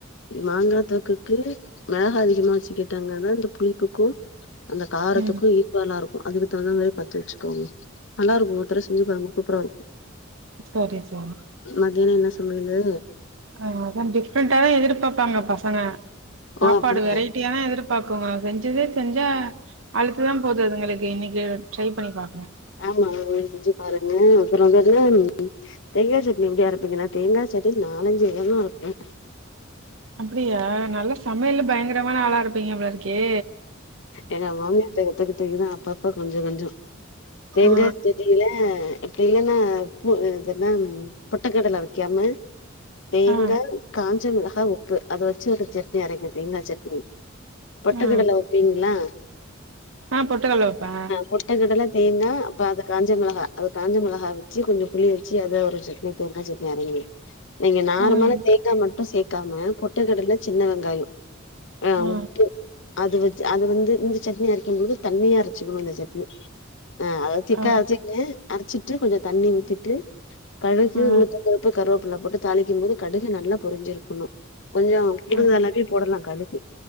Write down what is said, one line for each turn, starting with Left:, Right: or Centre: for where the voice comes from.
Left: மாங்கா தொக்குக்கு மெளகா அதிகமா வச்சுக்கிட்டாங்கதா இந்த புளிப்புக்கு அந்த காரத்துக்கு
Right: ம்
Left: ஈக்குவலா இருக்கு அதுக்கு தகுந்த மாரி பாத்து வச்சுக்கோங்க நல்லாருக்கு ஒரு தடவ செஞ்சு பாருங்க சூப்பராருக்கு
Right: செரி <unintelligible>
Left: மத்யானோ என்ன சமையலு
Right: ஆ அதா டிஃப்ரெண்டாதா எதிர்பாப்பாங்க பசங்க
Left: ஓ
Right: சாப்பாடு
Left: அப்டியா
Right: வெரைட் டியதா எதிர்பாக்குங்க செஞ்சதே செஞ்சா அழுத்துதா போது அதுங்களுக்கு இன்னிக்கு ட்ரை பண்ணி பாக்குறே
Left: ஆமா அது செஞ்சு பாருங்க அப்றோ என்னது தேங்கா சட்னி எப்டி அரப்பீங்க நா தேங்கா சட்னி நாலஞ்சு விதமா அரப்பே
Right: அப்டியா நல்ல சமையல்ல பயங்கரமான ஆளா இருப்பீங்க போல இருக்கே
Left: எங்க மாமியார்ட்ட கத்துக்கிட்டதுதா அப்பப்ப கொஞ்சோ கொஞ்சோ ஏங்க
Right: ஆ
Left: செரிங்களா அப்டி இல்லன்னா பூ இதுன்னா பொட்டுக்கடல வெக்காம தேங்கா
Right: ஆ ஆ
Left: காஞ்ச மெளகா உப்பு அத வச்சு ஒரு சட்னி அரைங்க தேங்கா சட்னி பொட்டுக்கடல
Right: ஆ
Left: வப்பீங்ளா
Right: ஆ பொட்டுகல்ல வப்பே
Left: பொட்டுகடல தேங்கா அப்ப அது காஞ்ச மெளகா அது காஞ்ச மொளகா வச்சி கொஞ்ச புளி வச்சி அத உரச்சி இன்னைக்கு தேங்கா சட்னி அரைங்க நீங்க நார்மலா
Right: ம்
Left: தேங்கா மட்டு சேக்காம பொட்டுக்கடல சின்ன வெங்காயோ ஆ
Right: அ
Left: உப்பு அது வ அது வந்து இந்த சட்னி அரைக்குபோது தண்ணியா அரச்சுக்கணு இந்த சட்னி அ அதா திக்கா
Right: ஆ
Left: அரச்சிக்குங்க அரச்சிட்டு கொஞ்சோ தண்ணி ஊத்திட்டு கடுகு
Right: ஆ
Left: உளுத்த பருப்பு கருவேப் ப்புள்ள போட்டு தாளிக்கு போது கடுகு நல்லா பொரிஞ்சிருக்கணு கொஞ்சோ கூடுதளாவே
Right: ஆ
Left: போடலா கடுகு